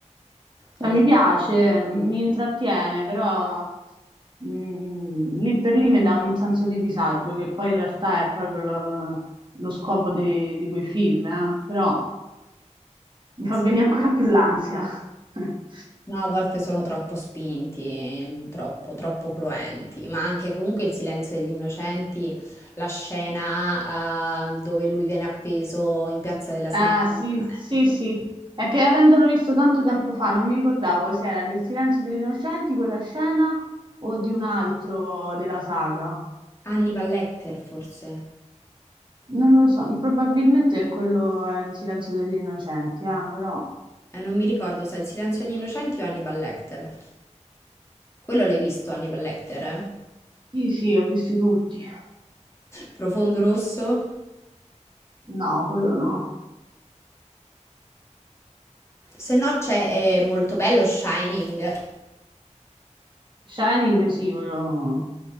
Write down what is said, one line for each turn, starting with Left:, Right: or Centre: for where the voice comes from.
Right: Cioè,
Left: Allora,
Right: mi piace, mi intrattiene, però mm, lì per lì mi dà un senso di disagio, che poi in realtà è proprio lo, lo scopo di, di quei film, eh. Però mi fa
Left: sì.
Right: venire ancora più l'ansia. <laughs>
Left: No, a volte sono troppo spinti, troppo, troppo cruenti, ma anche comunque il silenzio degli innocenti, la scena eh, dove lui viene appeso in Piazza della Signoria.
Right: Ah, sì, sì,
Left: ecco.
Right: sì. È che avendolo visto tanto tempo fa, non mi ricordavo se era del Silenzio degli Innocenti quella scena o di un altro della saga.
Left: Hannibal Lecter forse.
Right: Non lo so, probabilmente quello è il Silenzio degli Innocenti, ah, però.
Left: Eh, non mi ricordo se è il silenzio degli innocenti o Hannibal Lecter. Quello l'hai visto, Hannibal Lecter? eh?
Right: Sì, sì, ho visti tutti.
Left: Profondo rosso?
Right: No, quello no.
Left: Se no c'è eh, molto bello Shining.
Right: Shining sì, quello